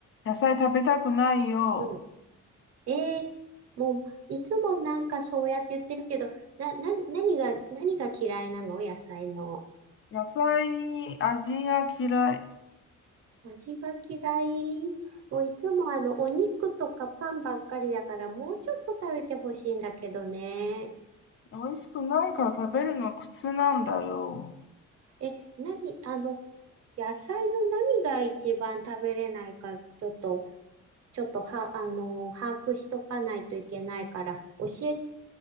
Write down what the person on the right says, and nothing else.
うん。えー、もう、いつもなんかそうやって言ってるけど、な、な、何が、何が嫌いなの野菜の。
味が嫌い。もういつもあの、お肉とかパンばっかりだから、もうちょっと食べてほしいんだけどね。
え、何、あの、野菜の何が一番食べれないか、ちょっと、ちょっとは、あの、把握しとかないといけないから、教えて、